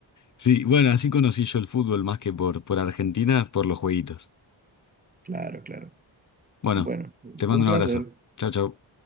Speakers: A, on the left; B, on the right.
A: Sí, bueno, así conocí yo el fútbol más que por, por Argentina, por los jueguitos.
B: Claro, claro.
A: Bueno,
B: Bueno,
A: te mando
B: un
A: un
B: placer.
A: abrazo. Chau, chau.